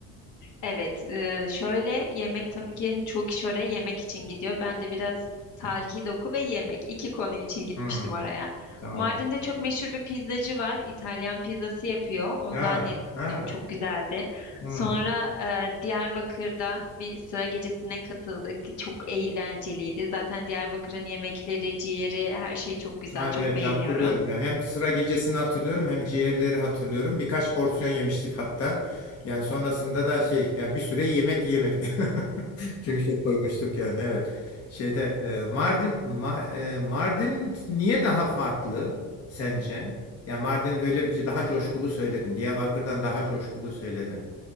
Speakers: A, on the left; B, on the left.
A: Evet, e, şöyle yemek tabii ki çoğu kişi oraya yemek için gidiyor. Ben de biraz tarihi doku ve yemek iki konu için gitmiştim
B: Hmm,
A: oraya.
B: tamam.
A: Mardin'de çok meşhur bir pizzacı var. İtalyan pizzası yapıyor. Ondan
B: Ya,
A: yedim,
B: ha,
A: çok güzeldi.
B: hmm.
A: Sonra e, Diyarbakır'da bir sıra gecesine katıldık. Çok eğlenceliydi. Zaten Diyarbakır'ın yemekleri, ciğeri, her şey çok güzel,
B: Ha,
A: çok
B: evet
A: beğeniyorum.
B: hatırlıyorum yani hem sıra gecesini hatırlıyorum hem ciğerleri hatırlıyorum. Birkaç porsiyon yemiştik hatta. Yani sonrasında da şey yani bir süre yemek yiyemedik. <laughs> Çünkü çok doymuştuk yani evet. Şeyde e, Mardin Ma- e, Mardin niye daha farklı sence? Yani Mardin öyle bir şey, daha coşkulu söyledin. Diyarbakır'dan daha coşkulu söyledin.